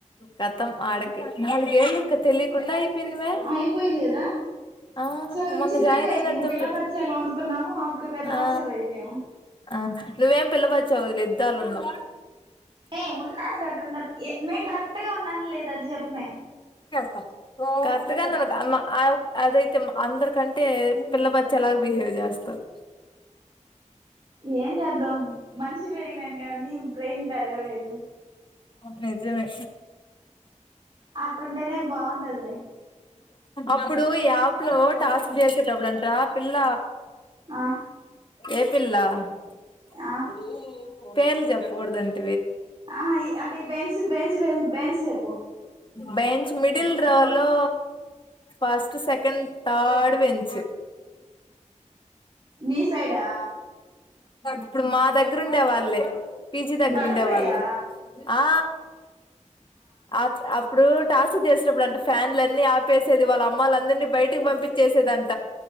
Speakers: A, on the left (about 40°); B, on the right (about 40°).
A: కతమ్ ఆడకి నాలుగేళ్ళ తెలియకుండాయి అయి పవే
B: అయిపోయింది కదా
A: ఆ
B: చాలా
A: మొన్న
B: విచిత్రంగా
A: జాయిన్
B: అయిపోయింది
A: అయినట్టుంది
B: పిల్ల బచ్చాలం అనుకున్నాము అప్పుడు పెద్ద
A: ఆ
B: బచ్చాలం అయిపోయాము
A: ఆ నువ్వేం పిల్ల బచ్చావులే ాలన్నా
B: న ఉన్నాను గట్టి ఉంటాను మీకు కరెక్ట్గా ఉన్నాను లేద అని చెప్పమే
A: కరెక్ట్ గా ఆ అమ్మ అదైతే అందరికంటే పిల్ల బచ్చ లాగ బిహేవ్ చేస్తారు
B: ఏం చేద్దాం మనిషి పెరిగిన కానీ బ్రెయిన్ పెరగలేదు
A: నిజమే
B: అ ంటేనే బాగుంటదిలే
A: అప్పుడు ఈ యాప్ లో టాస్క్ చేసేటప్పుడుంతా పిల్ల
B: ఆ
A: ఏ పిల్లా అప్పుడు
B: ఆ
A: పేర్ జప్పకూడదండి
B: ఆ అంటే బెంచ్ బెంచ్ బెంచ్ చెప్పు
A: బెం మిడిల్ రోలో ఫస్ట్ సెకండ్ తర్డ్ బెంచ్
B: మీ సైడా
A: ఇప్పుడు మా దగ్గర ఉండే వాళ్ళే పీజీ దగ్గర
B: బటర్ఫ్లైయా
A: ఉండే వాళా ఆ ఆ ఆ ఇప్పుడూట్ టాస్క్ చేసినప్పుడు అంటే ఫ్యాన్లులన్నిీ ఆపేసేది వాళ్ళ అమ్మల అందరినీ బయటికి పంపించేసి దంటా